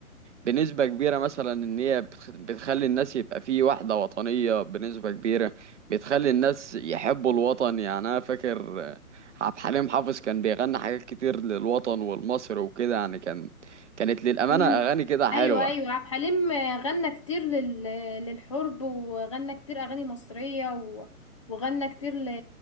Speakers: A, on the right; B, on the left.
A: بنسبة كبيرة مثلا إن هي بتخ- بتخلي الناس يبقى في وحدة وطنية بنسبة كبيرة بتخلي الناس يحبوا الوطن يعني أنا فاكر آه، عبد الحليم حافظ كان بيغني حاجات كتير للوطن والمصر وكده يعني كان كانت للأمانة
B: امم
A: أغاني كده حلوة
B: ايوه ايوه عبد الحليم غنى كتير لل... للحرب وغنى كتير اغاني مصريه و... وغنى كتير ل...